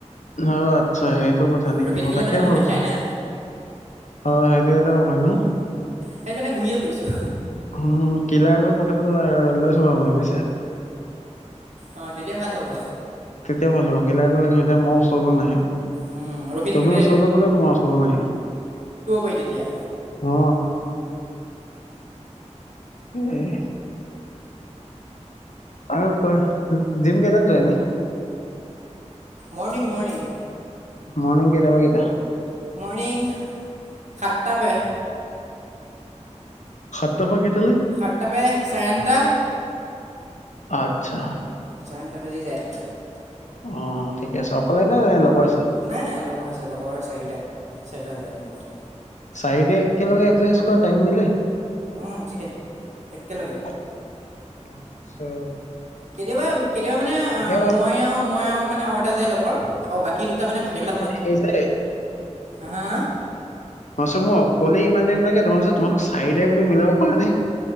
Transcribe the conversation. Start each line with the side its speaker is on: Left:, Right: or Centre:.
Left: অ, আচ্ছা সেইটো কথা নেকি?
Right: ৰখি
Left: মই
Right: থাকিলে
Left: তাকে
Right: মানে মহে
Left: ভাবিছো।
Right: খায় না
Left: অ' সেইটো এটাও হয় ন?
Right: সেইকাৰণে ঘূৰিয়ে ফুৰিছোঁ
Left: অ কিলাই <unintelligible> <unintelligible> লৈ থবা মানে বুইছা?
Right: অঁ তেতিয়া ভাল হ'ব
Left: তেতিয়া ভাল হ'ব। কিলাৰ লৈ থলে তেতিয়া মহ ওচৰলে নাহে।
Right: উম, ৰখি থাকোঁতে
Left: তুমি ওচৰলে গলেও তোমাৰ ওচৰলে নাহে।
Right: এ তেতিয়া
Left: অ উম। আৰু কোৱা। জিম কেইটাত যোৱা এনেই?
Right: Morning, morning.
Left: মৰ্ণিং কেইটাৰ পৰা কেইটা?
Right: মৰ্ণিং সাতটা পে
Left: সাততাৰ পৰা কেইটা?
Right: সাতটা পে চাৰে আঠটা।
Left: আত্ছা।
Right: চাৰে আঠটা বাজি যায়।
Left: অ, ঠিকে আছে, অকলে নে লগৰ আছে?
Right: নাই, নাই লগৰ আছে, লগৰ চাৰিটা। চাৰিটা যায় মোৰ লগত।
Left: চাৰিটাই একেলগে এক্সাৰ্চাইজ কৰা টাইম মিলে?
Right: অঁ চাৰিটাই একেলগে।
Left: আত্ছা।
Right: কেতিয়াবা, কেতিয়াবা মানে অ
Left: বাৰু
Right: মইও মইও মানে আৰু এটা যায় লগৰ আৰু বাকী দুটা মানে ভাটি বে
Left: সেই যে
Right: হা, হা।
Left: তাৰছ মোৰ অকলেই ইমান টাইম লাগে তোমালোক তোমোক চাৰিটাই বো মিলাব পাৰা নাই।